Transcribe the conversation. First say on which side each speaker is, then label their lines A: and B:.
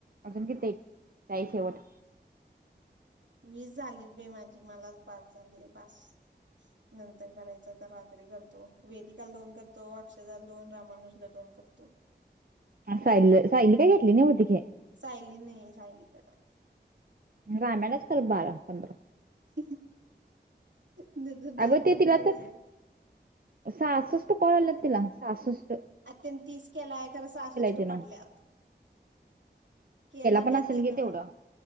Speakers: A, on the right (about 55°); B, on the right (about 80°).
A: अजून किती? काही शेवट?
B: वीस झालीत बाई माझी मलाच बास झालय बास नंतर करायचं तर रात्री करतो, वेदिकाला दोन करतो, अक्षताला दोन, रामानुजला दोन करतो.
A: सायली सायली काय घेतली नाही ओ तिथे.
B: सायली नाहीे सायलीकड.
A: राम्यालाच कर बारा, पंधरा.
B: <inaudible> नाहीतर दहा
A: अग
B: दहा
A: ते तिला
B: मिनिटं बसायला.
A: तर, सास कॉल आल्यात तिला, सहासस्ठ
B: अ त्यांनी तीस केलाय खर सासष्ट
A: तिनं
B: पडल्यात, केला
A: पण
B: नाही
A: असेल
B: त्यान
A: घे तेवढं